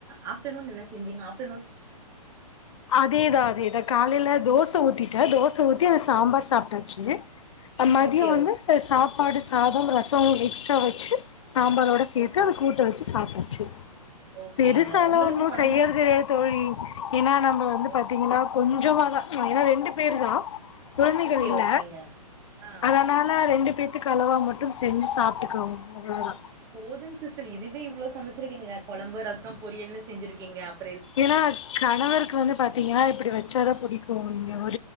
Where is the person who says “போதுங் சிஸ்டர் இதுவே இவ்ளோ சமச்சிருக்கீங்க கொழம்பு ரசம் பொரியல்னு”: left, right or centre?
Right